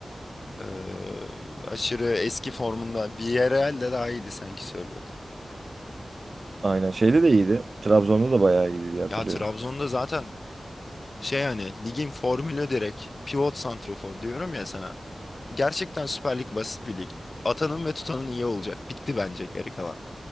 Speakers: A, on the left; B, on the right.
A: Ee, aşırı eski formunda. Villarreal'de daha iyiydi sanki Sörloth.
B: Aynen. Şeyde de iyiydi. Trabzon'da da bayağı iyiydi diye hatırlıyorum.
A: Ya Trabzon'da zaten şey yani ligin formülü direkt pivot santrofor diyorum ya sana. Gerçekten Süper Lig basit bir lig. Atanın ve tutanın iyi olacak. Bitti bence geri kalan